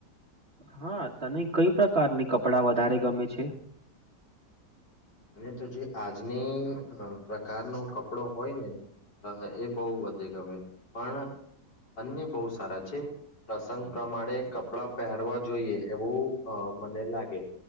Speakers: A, on the right (about 35°); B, on the left (about 80°).
A: હા તને કઈ પ્રકારની કપડાં વધારે ગમે છે
B: અને તો જે આજની પ્રકારનો કપડો હોય ને અ એ બહુ વધે ગમે પણ અને બહુ સારા છે પ્રસંગ પ્રમાણે કપડાં પહેરવા જોઈએ એવું મને લાગે